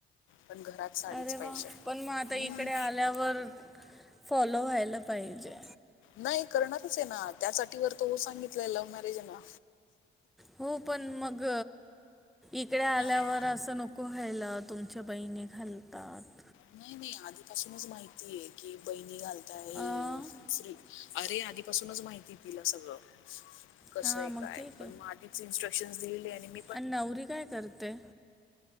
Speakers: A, on the left; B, in the centre.
A: पण घरात साडीच
B: अरे
A: पाहिजे
B: वा,
A: हम्म.
B: पण मग आता इकडे आल्यावर फॉलो व्हायला पाहिजे.
A: नाही करणारच आहे ना. त्यासाठी व तो हो सांगितलय लव्ह मॅरेज ना
B: हो पण मग इकडे आल्यावर
A: हा.
B: अस नको व्हायला, तुमच्या बहिणी घालतात.
A: नाही नाही आधीपासूनच माहितीय की बहिणी घालताय.
B: अं,
A: फ्री अरे आधीपासूनच माहिती तिला सगळ कस
B: हां
A: आहे
B: मग
A: काय.
B: ठीक
A: पण
B: आहे
A: मग आधी इ्स्ट्रक्शनस दिलेली आणि म
B: आणि नवरी काय करते.